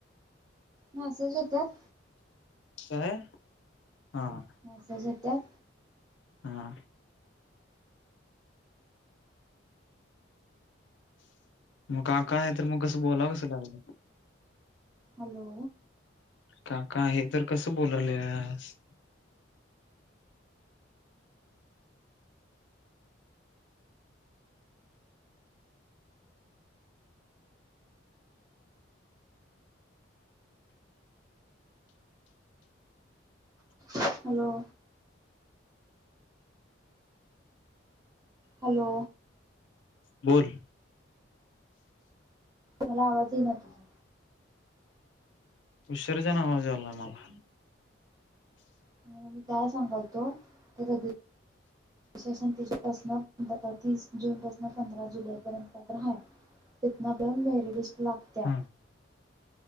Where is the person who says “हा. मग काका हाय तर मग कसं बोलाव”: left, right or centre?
Left